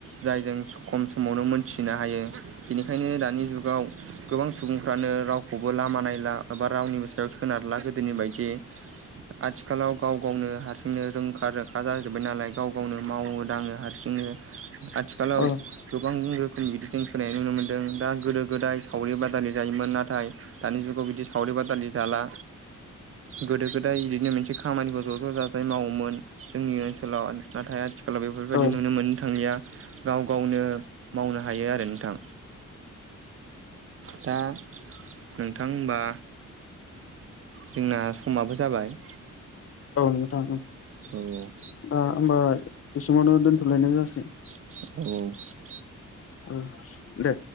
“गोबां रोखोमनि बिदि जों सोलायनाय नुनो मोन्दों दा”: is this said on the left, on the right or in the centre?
Right